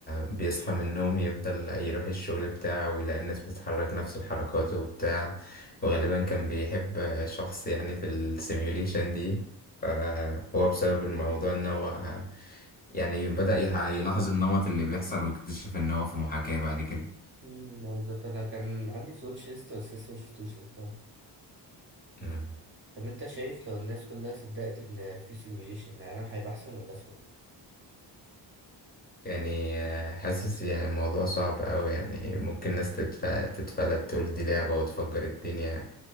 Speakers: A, on the left; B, on the right.
A: بيصحى من النوم يفضل يروح الشغل بتاعه ويلاقي الناس بتتحرك نفس الحركات وبتاع وغالبا كان بيحب شخص يعني في السيميوليشن دي فهو بسبب الموضوع ان هو يعني بدأ يح- يلاحظ النمط اللي بيحصل واكتشف ان هو في محاكاة بعد كده
B: مم، بالظبط انا كان عندي في الواتش ليست بس لسه مشفتوش الصراحة
A: مم.
B: طب انت شايف لو الناس كلها صدقت ان في سيميوليشن العالم هيبقى احسن ولا اسوأ
A: يعني آه، حاسس يعني الموضوع صعب أوي يعني ممكن ناس تتف- تتفلت تقول دي لعبة وتفجر الدنيا